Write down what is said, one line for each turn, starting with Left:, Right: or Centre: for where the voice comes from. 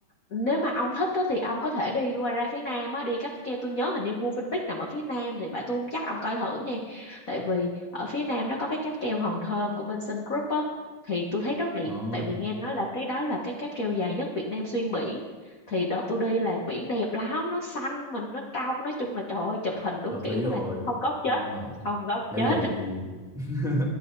Left: nếu mà ông thích á, thì ông có thể đi qua ra phía Nam á, đi cáp treo tôi nhớ hình như Movenpick nằm ở phía Nam thì phải tôi không chắc ông coi thử nha tại vì ở phía Nam nó có cái cáp treo Hòn Thơm của bên Sun Group á thì tôi thấy rất đẹp
Centre: ờ
Left: tại vì nghe nói là cái đó là cái cáp treo dài nhất Việt Nam xuyên biển thì đợt tôi đi là biển đẹp lắm nó xanh mà nó trong nói chung là trời ơi chụp hình đúng
Centre: hợp
Left: kiểu
Centre: lý rồi
Left: là không góc chết
Centre: ngon rồi
Left: không góc
Centre: nếu
Left: chết
Centre: vậy thì <laughs>